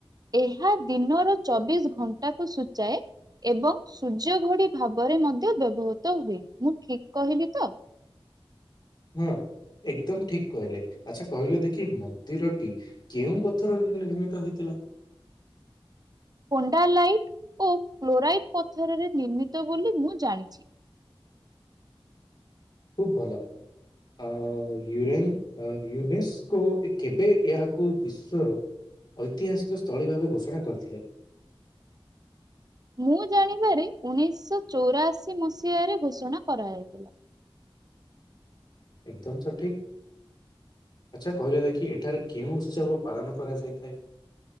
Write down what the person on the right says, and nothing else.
ଏହା ଦିନର ଚବିଶ ଘଣ୍ଟାକୁ ସୂଚାଏ। ଏବଂ ସୂର୍ଯ୍ୟ ଘଡି ଭାବରେ ମଧ୍ୟ ବ୍ୟବହୃତ ହୁଏ ମୁଁ ଠିକ କହିଲି ତ।
ପଣ୍ଡାଲାଇଟ ଓ କ୍ଲୋରାଇଟ୍ ପଥରରେ ନିର୍ମିତ ବୋଲି ମୁଁ ଜାଣିଛି।
ମୁଁ ଜାଣିବାରେ ଉଣେଇଶହ ଚଉରାଅଶି ମସିହାରେ ଘୋଷଣା କରାଯାଇଥିଲା।